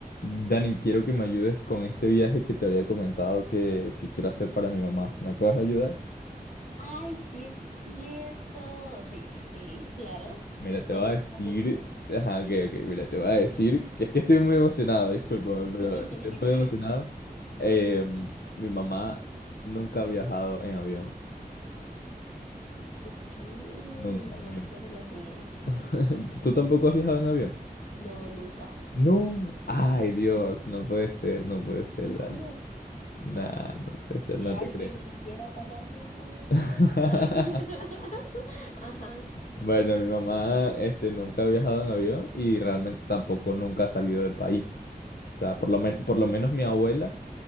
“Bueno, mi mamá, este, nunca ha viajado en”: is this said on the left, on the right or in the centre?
Left